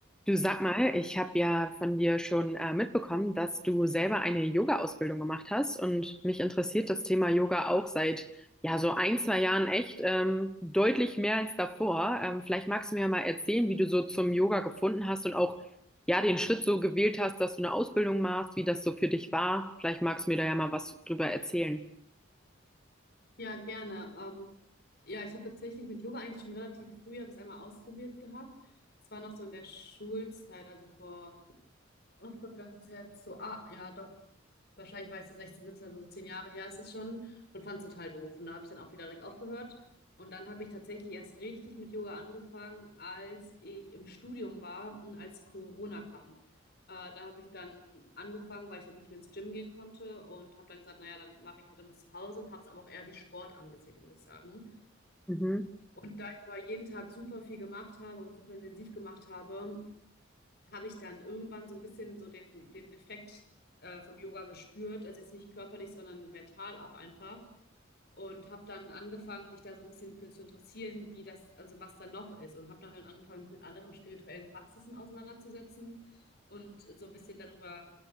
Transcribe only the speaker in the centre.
Du sag mal, ich habe ja von dir schon äh, mitbekommen, dass du selber eine Yoga-Ausbildung gemacht hast und mich interessiert das Thema Yoga auch seit ja so ein, zwei Jahren echt ähm, deutlich mehr als davor. Ähm, vielleicht magst du mir mal erzählen, wie du so zum Yoga gefunden hast und auch ja den Schritt so gewählt hast, dass du eine Ausbildung machst, wie das so für dich war. Vielleicht magst du mir da ja mal was drüber erzählen.
Mhm.